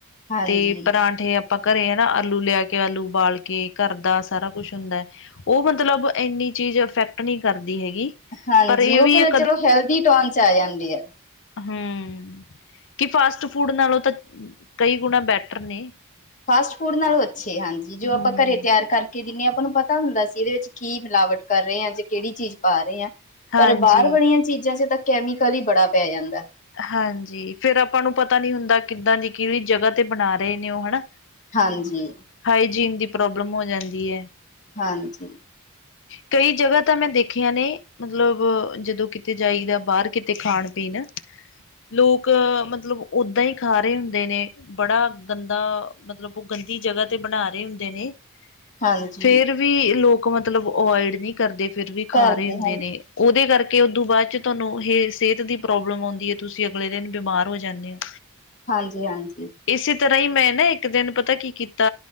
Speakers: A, on the left; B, on the left.
A: ਹਾਂਜੀ
B: ਤੇ ਪਰਾਂਠੇ ਆਪਾਂ ਘਰੇ ਹੈ ਨਾ ਆਲੂ ਲਿਆ ਕੇ ਆਲੂ ਉਬਾੱਲ ਕੇ ਘਰ ਦਾ ਸਾਰਾ ਕੁੱਛ ਹੁੰਦਾ ਹੈ ਉਹ ਮੱਤਲਬ ਇੰਨੀ ਚੀਜ਼ ਅਫੈਕਟ ਨਹੀਂ ਕਰਦੀ ਹੈਗੀ
A: ਹਾਂਜੀ
B: ਪਰ ਇਹ
A: ਉਹ
B: ਵੀ
A: ਫਿਰ
B: ਹੈ
A: ਚਲੋ ਹੈਲਦੀ ਟੋਨ ਚ ਆ ਜਾਂਦੇ ਆ
B: ਹਮ ਕੀ ਫਾਸਟ ਫੂਡ ਨਾਲੋਂ ਤਾਂ ਕਈ ਗੁਣਾ ਬੈਟਰ ਨੇ
A: ਫਾਸਟ ਫੂਡ ਨਾਲੋਂ ਅੱਛੇ ਹਾਂਜੀ ਜੋ ਆਪਾਂ
B: ਹੂੰ।
A: ਘਰੇ ਤਿਆਰ ਕਰ ਜਿੰਨੇ ਆਪਾਂ ਨੂੰ ਪਤਾ ਹੁੰਦਾ ਸੀ ਇਹਦੇ ਵਿੱਚ ਕੀ ਮਿਲਾਵਟ ਕਰ ਰਹੇ ਆ ਜ ਕਿਹੜੀ ਚੀਜ਼ ਪਾ ਰਹੇ ਆ
B: ਹਾਂਜੀ
A: ਪਰ ਬਾਹਰ ਵਾਲੀਆਂ ਚੀਜ਼ਾਂ ਚ ਤਾਂ ਕੈਮੀਕਲ ਹੀ ਬੜਾ ਪੈ ਜਾਂਦਾ
B: ਹਾਂਜੀ ਫਿਰ ਆਪਾਂ ਨੂੰ ਪਤਾ ਨੀ ਹੁੰਦਾ ਕਿੱਦਾਂ ਦੀ ਕਿਹੜੀ ਜਗ੍ਹਾ ਤੇ ਬਣਾ ਰਹੇ ਨੇ ਉਹ ਹਨਾ
A: ਹਾਂਜੀ
B: ਹਾਈਜੀਨ ਦੀ ਪ੍ਰੋਬਲਮ ਹੋ ਜਾਂਦੀ ਹੈ
A: ਹਾਂਜੀ
B: ਕਈ ਜਗ੍ਹਾ ਤਾਂ ਮੈਂ ਦੇਖੀਆਂ ਨੇ, ਮਤਲਬ, ਜਦੋਂ ਕਿਤੇ ਜਾਈਦਾ ਬਾਹਰ ਕਿਤੇ ਖਾਣ-ਪੀਣ, ਲੋਕ, ਮਤਲਬ ਓਦਾਂ ਹੀ ਖਾ ਰਹੇ ਹੁੰਦੇ ਨੇ। ਬੜਾ ਗੰਦਾ, ਮਤਲਬ ਉਹ ਗੰਦੀ ਜਗ੍ਹਾ ਤੇ ਬਣਾ ਰਹੇ ਹੁੰਦੇ ਨੇ,
A: ਹਾਂਜੀ
B: ਫਿਰ ਵੀ ਲੋਕ ਮਤਲਬ ਅਵੋਇਡ ਨਹੀਂ ਕਰਦੇ, ਫਿਰ ਵੀ ਖਾ
A: ਘਰ
B: ਰਹੇ
A: ਦੇ
B: ਹੁੰਦੇ
A: ਹਾਂਜੀ
B: ਨੇ। ਉਹਦੇ ਕਰਕੇ, ਉਦੋਂ ਬਾਅਦ ਚ ਤੁਹਾਨੂੰ ਇਹ ਸਿਹਤ ਦੀ ਪ੍ਰੌਬਲਮ, ਹੁੰਦੀ ਆ ਤੁਸੀਂ ਅਗਲੇ ਦਿਨ ਬਿਮਾਰ ਹੋ ਜਾਂਦੇ ਹੋ।
A: ਹਾਂਜੀ ਹਾਂਜੀ!
B: ਇਸੇ ਤਰ੍ਹਾਂ ਹੀ ਮੈਂ ਨਾ ਇੱਕ ਦਿਨ ਪਤਾ ਕੀ ਕੀਤਾ